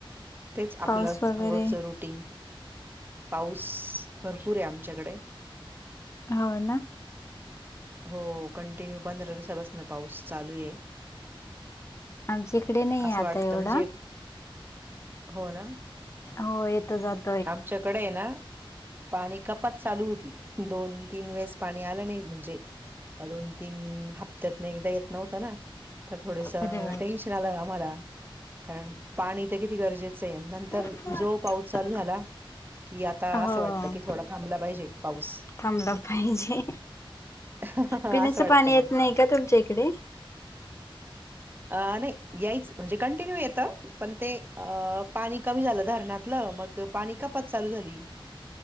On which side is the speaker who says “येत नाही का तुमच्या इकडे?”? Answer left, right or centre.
Left